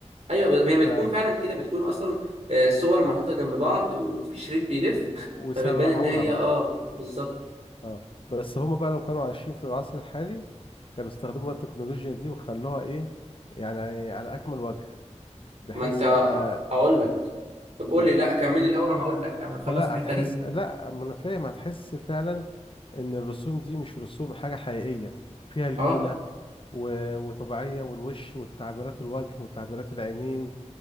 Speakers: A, on the right; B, on the left.
A: ايوه ب- هي بتكون
B: ف...
A: فعلا
B: ف-
A: كده بتكون اصلا آه، صور محطوطه جنب بعض وفي شريط بيلف <laughs>
B: وسرعوها
A: فبتبان ان هي
B: بقى
A: اه بالظبط
B: اه بس هما بقى لو كانوا عايشين في العصر الحالي كانوا استخدموا بقى التكنولوجيا دي وخلوها إيه يعني على أكمل وجه بحيث
A: ما انت
B: يبقى
A: هقول لك طب
B: اتفضل
A: قول لي لا كملي الاول وانا هقول لك لما تخلص
B: آه، لا
A: الحته
B: هتحس
A: دي
B: لا ما أنا فاهم هتحس فعلا ان الرسوم دي مش رسوم حاجة حقيقية فيها ليونة
A: اه
B: و... وطبيعية والوش والتعبيرات الوجه وتعبيرات العينين